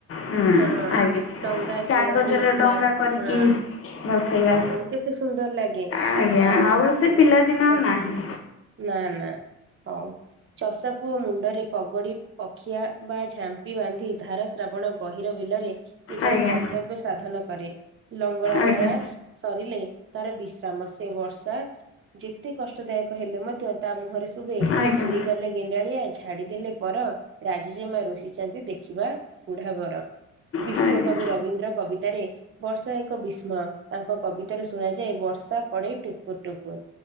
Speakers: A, on the left; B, on the right.
A: ହୁଁ
B: ହଁ,
A: ଆଜ୍ଞା
B: ଡଙ୍ଗା
A: କାଗଜରେ
B: ଖେଳ ଯୋଉ ଥିଲା
A: ଡଙ୍ଗା କରିକି
B: ହଁ।
A: ବସେଇବା
B: ହଁ, କେତେ ସୁନ୍ଦର ଲାଗେ।
A: ଆଜ୍ଞା
B: ଆଉ
A: ସେ
B: ହଁ
A: ପିଲାଦିନ
B: ହାଁ
A: ଆଉ ନାହିଁ
B: ନା ନା, ହଉ। ଚଷାପୁଅ ମୁଣ୍ଡରେ ପଗଡି, ପଖିଆ ବା ଝାମ୍ପି ବାନ୍ଧି ଧାରା ଶ୍ରାବଣ ଗହୀର ବିଲରେ, ନିଜର
A: ଆଜ୍ଞା
B: କର୍ତ୍ତବ୍ୟ ସାଧନ କରେ। ଲଙ୍ଗଳା
A: ଆଜ୍ଞା
B: ମରା ସରିଲେ, ତାର ବିଶ୍ରାମ। ସେ ବର୍ଷା ଯେତେ କଷ୍ଟଦାୟକ ହେଲେ ମଧ୍ୟ, ତା ମୁହଁରେ ସ ଶୁଭେ,
A: ଆଜ୍ଞା
B: ଉଡିଗଲେ ଗେଣ୍ଡାଳିଆ ଛାଡିଦେଲେ ପର, ରାଜଜେମା ରୁଷିଛନ୍ତି ଦେଖିବା ବୁଢ଼ା ବର। ବିଶ୍ଵକବି
A: ଆଜ୍ଞା ଆଜ୍ଞା
B: ରବୀନ୍ଦ୍ର କବିତାରେ ବର୍ଷା ଏକ ବିସ୍ମୟ ତାଙ୍କ କବିତାରୁ ଶୁଣାଯାଏ ବର୍ଷା ପଡେ ଟୁପୁର ଟୁପ୍।